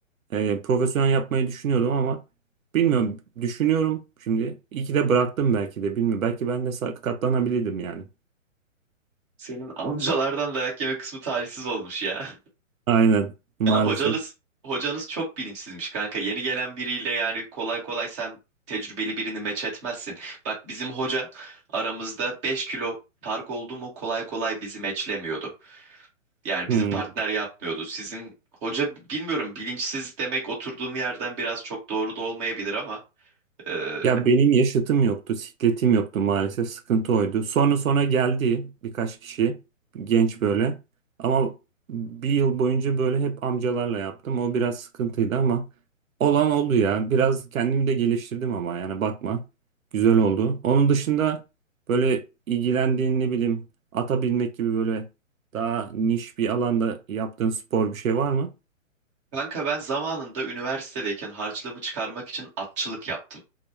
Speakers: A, on the right; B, on the right.
A: E, profesyonel yapmayı düşünüyordum ama bilmiyorum düşünüyorum şimdi. İyi ki de bıraktım belki de bilmiyorum. Belki ben de sakatlanabilirdim yani.
B: Senin amcalardan dayak yeme kısmı talihsiz olmuş ya.
A: Aynen maalesef.
B: Ya hocanız hocanız çok bilinçsizmiş kanka. Yeni gelen biriyle yani kolay kolay sen tecrübeli birini meç etmezsin. Bak bizim hoca aramızda 5 kilo fark oldu mu kolay kolay bizi meçlemiyordu. Yani
A: Hmm.
B: bizi partner yapmıyordu. Sizin hoca bilmiyorum bilinçsiz demek oturduğum yerden biraz çok doğru da olmayabilir ama e,
A: Ya benim yaşıtım yoktu, sikletim yoktu maalesef. Sıkıntı oydu. Sonra sonra geldi birkaç kişi genç böyle. Ama bir yıl boyunca böyle hep amcalarla yaptım. O biraz sıkıntıydı ama olan oldu ya. Biraz kendimi de geliştirdim ama yani bakma. Güzel oldu. Onun dışında böyle ilgilendiğin ne bileyim ata binmek gibi böyle daha niş bir alanda yaptığın spor bir şey var mı?
B: kanka ben zamanında üniversitedeyken harçlığımı çıkarmak için atçılık yaptım.